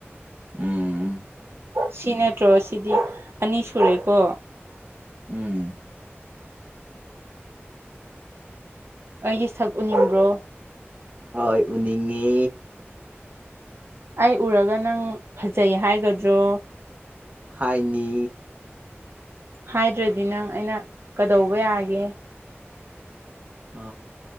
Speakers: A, on the right; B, on the right.
A: ꯎꯝ
B: ꯁꯤ ꯅꯠꯇ꯭ꯔꯣ ꯁꯤꯗꯤ ꯑꯅꯤ ꯁꯨꯔꯦꯀꯣ
A: ꯎꯝ
B: ꯑꯩꯒꯤ ꯁꯛ ꯎꯅꯤꯡꯕ꯭ꯔꯣ
A: ꯍꯣꯏ ꯎꯅꯤꯡꯉꯦ
B: ꯑꯩ ꯎꯔꯒ ꯅꯪ ꯐꯖꯩ ꯍꯥꯏꯒꯗ꯭ꯔꯣ
A: ꯍꯥꯏꯅꯤ
B: ꯍꯥꯏꯗ꯭ꯔꯗꯤ ꯅꯪ ꯑꯩꯅ ꯀꯗꯧꯕ ꯌꯥꯒꯦ
A: ꯑ